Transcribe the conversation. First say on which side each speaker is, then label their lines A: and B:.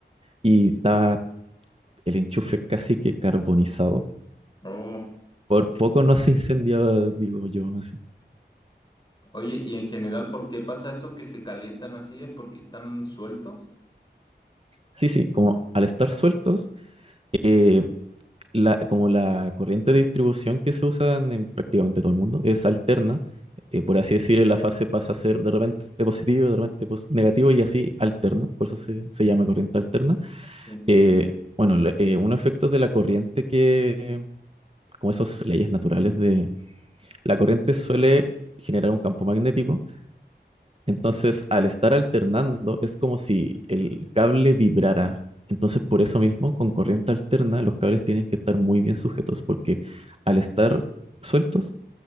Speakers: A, on the right (about 35°); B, on the left (about 25°).
A: y estaba el enchufe casi que carbonizado.
B: Oh.
A: Por poco no se incendiaba, digo yo, así.
B: Oye, y en general, ¿por qué pasa eso que se calientan así? ¿Es porque están sueltos?
A: Sí, sí, como al estar sueltos, eh, la, como la corriente de distribución que se usa en prácticamente todo el mundo es alterna. eh, por así decir, la fase pasa a ser de repente positivo, de repente pos- negativo y así alterna. Por eso se, se llama corriente alterna.
B: Sí.
A: Eh, bueno, le- eh, un efecto de la corriente que, como esas leyes naturales de la corriente suele generar un campo magnético entonces, al estar alternando, es como si el cable vibrara. Entonces, por eso mismo, con corriente alterna, los cables tienen que estar muy bien sujetos, porque al estar sueltos,